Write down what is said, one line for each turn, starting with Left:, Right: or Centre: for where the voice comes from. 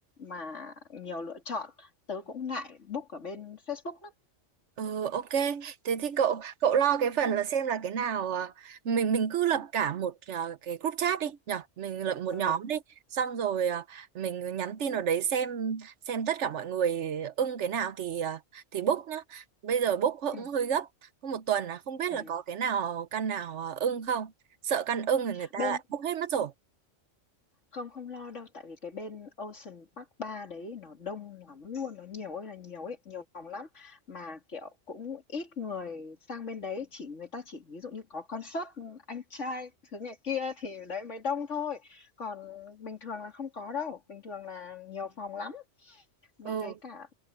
Left: mà nhiều lựa chọn. Tớ cũng ngại book ở bên Facebook lắm.
Right: Ừ, ok. Thế thì cậu cậu lo cái phần là xem là cái nào à, mình mình cứ lập cả một à, cái group chat đi nhở mình lập một
Left: Ừ,
Right: nhóm đi xong rồi à, mình nhắn tin vào đấy xem xem tất cả mọi người ưng cái nào thì à, thì book nhá bây giờ book cũng
Left: ừm,
Right: hơi gấp có một tuần là không biết
Left: ừm.
Right: là có cái nào căn nào à, ưng không sợ căn ưng thì người ta
Left: Bên
Right: lại book hết mất rồi
Left: Không, không lo đâu, tại vì cái bên Ocean Park ba đấy nó đông lắm luôn, nó nhiều ơi là nhiều ấy, nhiều phòng lắm mà kiểu cũng ít người sang bên đấy, chỉ người ta chỉ ví dụ như có concert anh trai thứ này kia thì đấy mới đông thôi. Còn bình thường là không có đâu, bình thường là nhiều phòng lắm. Với
Right: ừ
Left: cả